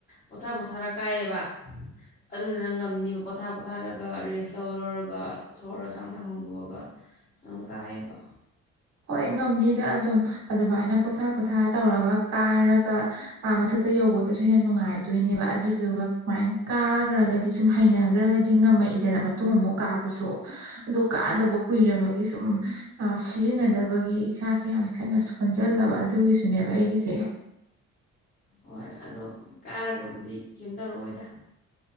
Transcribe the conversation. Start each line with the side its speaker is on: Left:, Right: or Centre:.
Left: ꯄꯣꯊꯥ ꯄꯣꯊꯥꯔ ꯀꯥꯏꯌꯦꯕ ꯑꯗꯨꯗꯨꯅ ꯉꯝꯅꯤꯕ ꯄꯣꯊꯥ ꯄꯣꯊꯥꯔꯒ ꯔꯦꯁ ꯂꯧꯔ ꯂꯧꯔꯒ ꯁꯣꯍꯣꯔꯒ ꯁꯥꯡꯅꯥ ꯁꯥꯡꯅꯥ ꯍꯣꯡꯗꯣꯛꯑꯒ ꯗꯨꯝ ꯀꯥꯌꯦꯕ
Right: ꯍꯣꯏ ꯉꯝꯅꯤꯗ ꯑꯗꯨꯝ ꯑꯗꯨꯃꯥꯏꯅ ꯄꯣꯊꯥ ꯄꯣꯊꯥ ꯇꯧꯔꯒ ꯀꯥꯔꯒ ꯑ ꯃꯊꯛꯇ ꯌꯧꯕꯗꯁꯨ ꯍꯦꯟꯅ ꯅꯨꯡꯉꯥꯏꯗꯣꯏꯅꯦꯕ ꯑꯗꯨꯗꯨꯒ ꯃꯥꯏ ꯀꯥꯈ꯭ꯔꯒꯗꯤ ꯁꯨꯝ ꯍꯩꯅꯈ꯭ꯔꯒꯗꯤ ꯉꯝꯃꯛ ꯏꯗꯅ ꯃꯇꯨꯡ ꯑꯃꯨꯛ ꯀꯥꯕꯁꯨ ꯑꯗꯨ ꯀꯥꯗꯕ ꯀꯨꯏꯔꯕꯒꯤ ꯁꯨꯝ ꯑ ꯁꯤꯖꯤꯟꯅꯗꯕꯒꯤ ꯏꯁꯥꯁꯦ ꯌꯥꯝ ꯀꯟꯅ ꯁꯣꯟꯖꯜꯂꯕ ꯑꯗꯨꯒꯤꯁꯨꯅꯦꯕ ꯑꯩꯒꯤꯁꯦ
Left: ꯍꯣꯏ ꯑꯗꯣ ꯀꯥꯔꯒꯕꯨꯗꯤ ꯀꯩꯝ ꯇꯧꯔꯛꯑꯣꯏꯗ